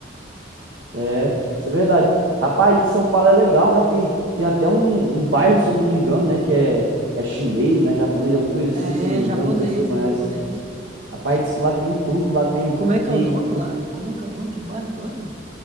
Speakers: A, on the right; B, on the right.
A: É, isso é verdade. Rapaz, e São Paulo é legal, né? Tem, tem até um, um bairro, se eu não me engano, né? Que é, é chinês, né? Japonês, alguma coisa assim,
B: É,
A: se eu não me
B: japonês,
A: engano. Não sei se tu conhece.
B: é japonês.
A: Rapaz,
B: Só-
A: diz que lá tem tudo. Lá tem,
B: Como é que
A: tem...
B: é o nome
A: co-
B: lá? Como é que é o nome do bairro, tu lembra?